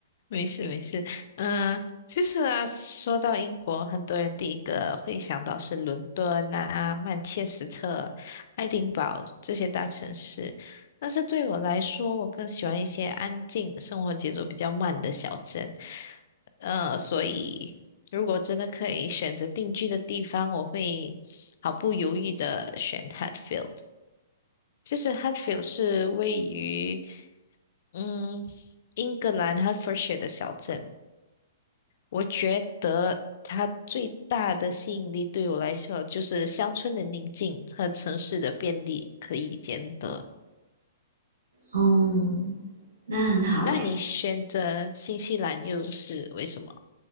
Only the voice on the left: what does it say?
没事没事，嗯、就是啊，说到英国，很多人第一个会想到是伦敦啊、曼彻斯特、爱丁堡这些大城市，但是对我来说，我更喜欢一些安静、生活节奏比较慢的小镇。呃，所以如果真的可以选择定居的地方，我会毫不犹豫的选 Hatfield。就是 Hatfield 是位于。嗯，英格兰 Hertfordshire 的小镇，我觉得它最大的吸引力对我来说就是乡村的宁静和城市的便利可以兼得。
那你选择新西兰又是为什么？